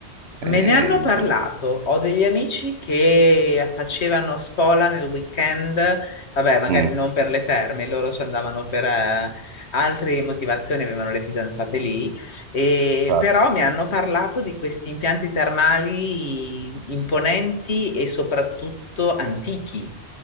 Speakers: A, on the right (about 70°); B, on the left (about 75°).
A: ehm,
B: Me ne hanno parlato, ho degli amici che facevano spola nel weekend, vabbè, magari
A: mm,
B: non per le terme, loro ci andavano per eh, altre motivazioni, avevano le fidanzate lì, e,
A: cioè,
B: però mi hanno parlato di questi impianti termali imponenti e soprattutto antichi,